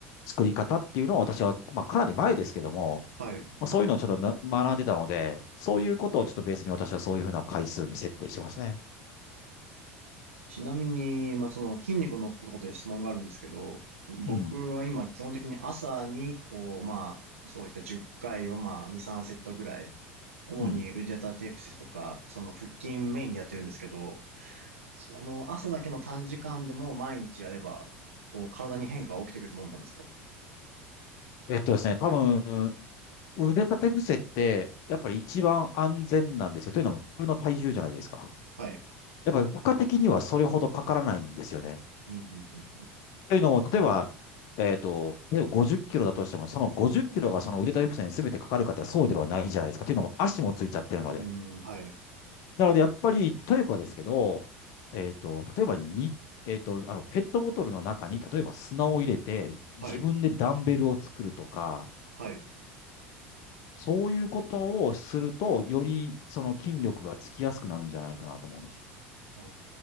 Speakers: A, on the left; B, on the right.
A: 作り方っていうのを私は、まあかなり前ですけども、
B: はい。
A: まあそういうのをちょっとな学んでたので、そういうことをちょっとベースに私はそういうふうな回数に設定してますね。
B: ちなみに、まあ、その筋肉のことで質問があるんですけど、僕は今基本的に朝に、
A: うん。
B: こう、まあ、そういった10回をまあ、2、3セットぐらい、主に腕立て伏せとか、
A: うん。
B: その腹筋メインでやってるんですけど、その朝だけの短時間でも毎日やれば、こう、体に変化が起きてくるもんなんですと。
A: えっとですね、多分、腕立て伏せって、やっぱり一番安全なんですよ。というのも、自分の体重じゃないですか。
B: はい。
A: やっぱり負荷的にはそれほどかからないんですよね。
B: うんうんうん
A: というのも、例えば、えっと、例えば50キロだとしても、その50キロがその腕立て伏せに全てかかるかってそうではないじゃないですか。というのも、足もついちゃってるので。
B: うん、はい、
A: なので、やっぱり、例えばですけど、えっと、例えばに、えっと、あの、ペットボトルの中に、例えば砂を入れて、自分でダンベルを作るとか、
B: はい、はい。
A: そういうことをすると、よりその筋力がつきやすくなるんじゃないかなと思うんですよ。
B: ああ、